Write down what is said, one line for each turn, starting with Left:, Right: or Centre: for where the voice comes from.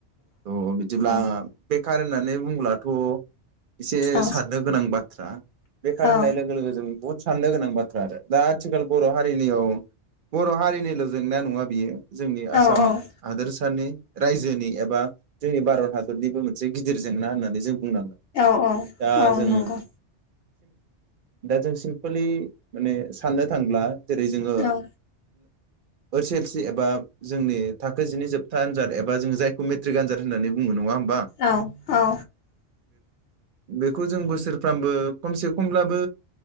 Right: थ' बिदिब्ला
Left: औ
Right: बे खार होननानै बुंब्लाथ' एसे
Left: औ
Right: साननो गोनां बाथ्रा। बेखार
Left: औ
Right: होननाय लोगो लोगो जों बुहुद साननो गोनां बाथ्रा आरो। दा आथिखाल बर' हारिनियाव बर' हारिनिल' जेंना नङा बियो। जोंनि आसाम
Left: औ
Right: हादोरसानि रायजोनि एबा जोंनि भारत हादरनिबो मोनसे गिदिर जेंना होननानै जों बुंनांगोन
Left: औ औ
Right: दा
Left: औ
Right: जों
Left: नंगौ।
Right: दा जों सिम्पलि माने साननो थांब्ला जेरै जोङो
Left: औ नंगौ
Right: ओस एस एल सि एबा जोंनि थाखो जिनै जोबथा आनजाद एबा जों जायखौ मेट्रिक आनजाद होननानै बुंङो नङा होन
Left: औ औ
Right: बेखौ जों बोसोरफ्रामबो खमसे खमब्लाबो